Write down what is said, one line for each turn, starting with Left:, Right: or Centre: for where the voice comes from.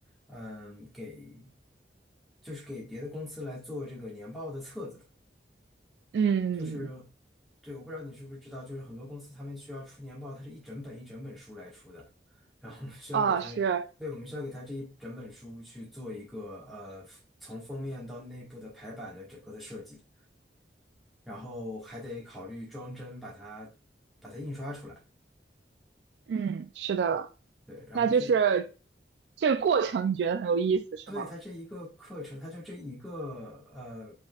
Centre: 嗯，给就是给别的公司来做这个年报的册子。
Right: <laughs> 嗯
Centre: 就是，对，我不知道你是不是知道，就是很多公司他们需要出年报，它是一整本一整本书来出的，然后我们需要给它，
Right: 哦，是，嗯
Centre: 对，我们需要给它这一整本书去做一个呃，从封面到内部的排版的整个的设计，然后还得考虑装帧把它把它印刷出来，
Right: 嗯是的，
Centre: 对，然后这
Right: 那就是这个过程，你觉得很有意思，是吗？
Centre: 对，它这一个课程，它就这一个呃